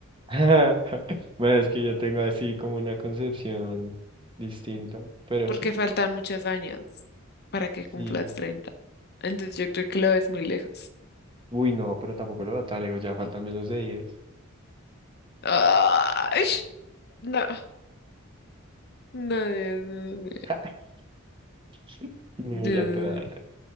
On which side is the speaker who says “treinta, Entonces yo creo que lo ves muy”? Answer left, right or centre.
Left